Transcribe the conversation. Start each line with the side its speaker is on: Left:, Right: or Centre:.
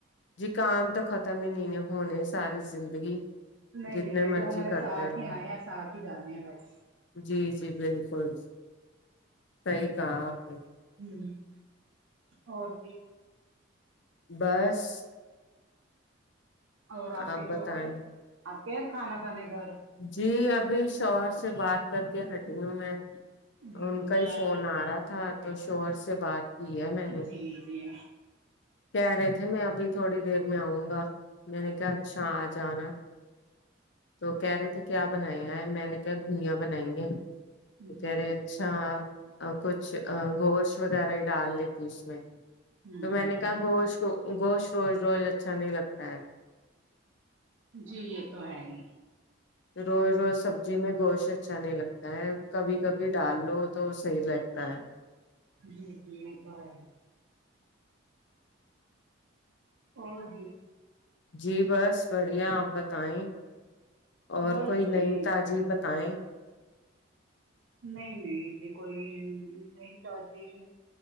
Left: جی کام تو ختم ہی نہیں ہونے ساری زندگی
Right: نہیں
Left: جتنے
Right: نہیں یہ
Left: مرضی
Right: تو ہمارے
Left: کرتے
Right: ساتھ
Left: رہو
Right: ہی آئے ہیں ساتھ ہی جانے ہیں بس
Left: جی جی بالکل صحیح کہا آپ نے
Right: ہ اور بھی
Left: بس
Right: اور آپکے
Left: آپ بتائیں
Right: شوہر آتے ہے کھانا کھانے گھر
Left: جی ابھی شوہر سے بات کر کے ہٹی ہوں میں
Right: جی
Left: ان
Right: جی
Left: کا
Right: کیا
Left: ہی فون آ رہا تھا تو شوہر سے بات کی ہے میں نے
Right: جی جی
Left: کہہ رہے تھے میں ابھی تھوڑی دیر میں آؤں گا میں نے کہا اچھا آ جانا تو کہہ رہے تھے کیا بنایا ہے میں نے کیا گوئیاں بنائی ہیں
Right: جی
Left: کہہ رہے اچھا کچھ گوشت وغیرہ ہی ڈال لیتی اس میں
Right: ہ
Left: تو میں نے کہا گوشت کو گوشت روز روز اچھا نہیں لگتا ہے
Right: جی یہ تو ہے ہی
Left: روز روز سبزی میں گوشت اچھا نہیں لگتا ہے کبھی کبھی ڈال لو تو صحیح لگتا ہے
Right: جی جی یہ تو ہے اور جی
Left: جی بس بڑھیا آپ بتائیں اور
Right: بس
Left: کوئی نہیں
Right: جی
Left: تجی بتائیں
Right: نہیں نہیں جی کوئی نہیں تازی